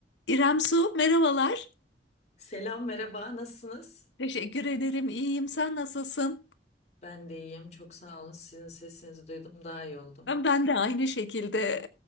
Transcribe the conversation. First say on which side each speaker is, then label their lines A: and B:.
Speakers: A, on the left; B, on the left.
A: İrem Su, merhabalar.
B: Selam, merhaba. Nasılsınız?
A: Teşekkür ederim, iyiyim. Sen nasılsın?
B: Ben de iyiyim. Çok sağ olun. Sizin sesinizi duydum. Daha iyi oldum.
A: Ben de aynı şekilde.